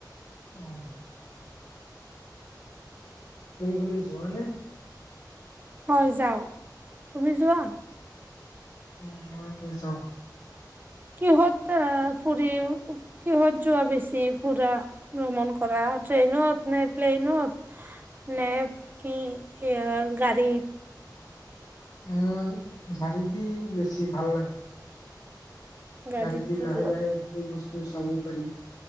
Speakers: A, on the left; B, on the right.
A: উম্ কি বুলি যোৱা নে
B: হয় যাওঁ তুমি যোৱা
A: উম মই যাওঁ
B: কিহত আহ ফুৰি কিহত যোৱা বেছি ফুৰা ভ্ৰমণ কৰা ট্ৰেইনত নে প্লেইনত নে কি এ গাড়ীত
A: উম গাড়ী দি বেছি ভাল লাগে
B: গাড়ীত
A: গ‌‌াড়ী দি লাহে
B: যোৱা।
A: লাহে <unintelligible> চাব পাৰি